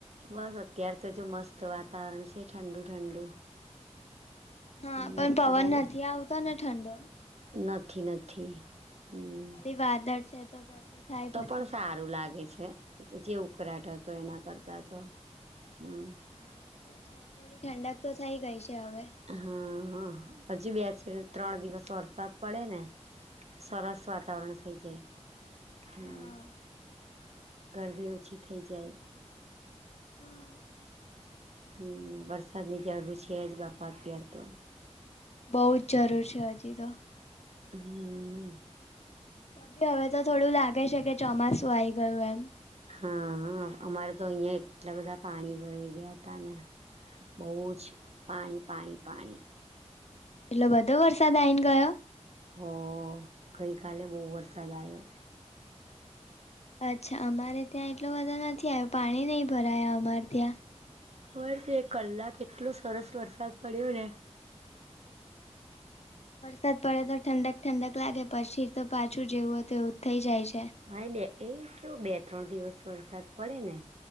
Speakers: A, on the right; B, on the left.
A: બસ અત્યારે તો જો મસ્ત વાતાવરણ છે ઠંડુ ઠંડુ.
B: હા પણ
A: વરસાદ
B: પવન
A: આવે
B: નથી આવતો ને ઠંડો.
A: નથી નથી. હમ
B: ખાલી વાદળ છે તો ગરમી થાય
A: તો
B: પછી
A: પણ સારું લાગે છે જે ઉકળાટ હતો એના કરતા તો હમમ.
B: હા એ તો છે થોડી ઠંડક તો થઈ ગઈ છે હવે.
A: હા હા હજી બે છે ત્રણ દિવસ વરસાદ પડે ને સરસ વાતાવરણ થઈ જાય.
B: હા
A: હમમ ગરમી ઓછી થઈ જાય.
B: હા.
A: હમમ વરસાદની જરૂર છે જ બાપા અત્યારે તો
B: બોજ જરૂર છે હજી તો
A: હમમ.
B: ત બી હવે તો થોડું લાગે છે કે ચોમાસું આઈ ગયું એમ
A: હા અમારે તો અહિયાં એટલા બધા પાણી ભરા ગયા હતા ને બહુ જ પાણી પાણી પાણી
B: એટલો બધો વરસાદ આ આવીને ગયો
A: હ ગઈ કાલે બહુ વરસાદ આવ્યો
B: અચ્છા અમારે ત્યાં એટલો બધો નથી આવ્યો પાણી નહીં ભરાયા અમારે ત્યાં
A: ખર તો એક કલાક એટલો સરસ વરસાદ પડ્યો ને
B: વરસાદ પડે તો ઠંડક ઠંડક લાગે પછીર તો પાછું જેવું હોય એવું થઇ જાય છે
A: ભાઈ બે એ કેવું બે ત્રણ દિવસ વરસાદ પડે ને